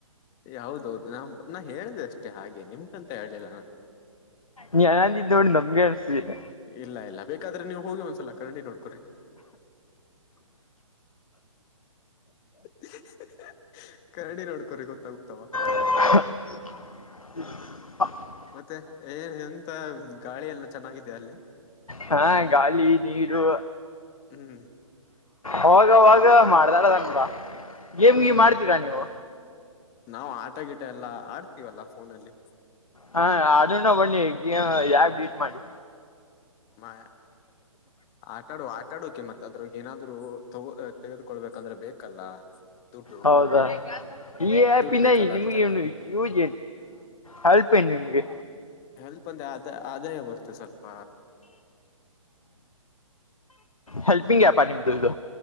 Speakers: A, on the left; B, on the left.
A: ಯಾ ಹೌದೌದು ನಾ ನಾ ಹೇಳ್ದೆ ಅಷ್ಟೇ ಹಾಗೆ ನಿಮ್ಗಂತ ಹೇಳಲಿಲ್ಲ ನಾನು.
B: ನಿ <unintelligible> ನೋಡಿ ನಮ್ಗೆ ಅನ್ಸದಿಲ್ಲ.
A: ಇಲ್ಲ ಇಲ್ಲ ಬೇಕಾದ್ರೆ ನೀವು ಹೋಗಿ ಒಂದ್ಸಲ ಕನ್ನಡಿ ನೋಡ್ <unintelligible> ಕನ್ನಡಿ ನೋಡ್ಕೋರಿ ಗೊತ್ತಾಗುತ್ತಾವಾಗ.
B: ಹ <inaudible>
A: ಮತ್ತೆ ಏನ್ ಎಂತ ಗಾಳಿ ಎಲ್ಲ ಚೆನ್ನಾಗಿದ್ಯಾ ಅಲ್ಲಿ.
B: ಹಾ ಗಾಳಿ ನೀರು.
A: ಹ್ಮ್
B: ಅವಾಗವಾಗ ಮಾಡ್ದಾಳದನ್ ಬಾ ಗೇಮ್ಗೀಗ್
A: ಹ್ಮ್
B: ಆಡ್ತೀರಾ ನೀವು.
A: ನಾವು ಆಟಗಿಟ ಎಲ್ಲ ಆಡ್ತೀವಲ್ಲ ಫೋನಲ್ಲಿ.
B: ಹಾ ಅಡೋಣ ಬನ್ನಿ ಯಾರ್ ಬೀಟ್ ಮಾಡಿ.
A: ಮಾ ಆಟಾಡುವ ಆಟಾಡೋಕೆ ಮತ್ತ್ ಅದ್ರಗ್ ಏನಾದ್ ದ್ರೂ ತಗೋ ತೆಗೆದುಕೊಳ್ಬೇಕಂದ್ರೆ ಬೇಕಲ್ಲ. ದುಡ್ಡು
B: ಹೌದಾ ಈ ಆಪ್ನ
A: ದುಡ್ಡು ಬೇಕಲ್ಲ
B: ನಿಮ್ಗೆ
A: ಅದಕ್ಕೆಲ್ಲ
B: ನು ಯೂಜ ಹೆಲ್ಪ್ ನ್ ನಿಮ್ಗೆ.
A: ಹೆಲ್ಪ್ ಅಂದ್ರೆ ಅ ಆದಾಯ ಬರುತ್ತೆ ಸ್ವಲ್ಪ.
B: ಹೆಲ್ಪಿಂಗ್ ಆಪ ನಿಮದುರ್ದು.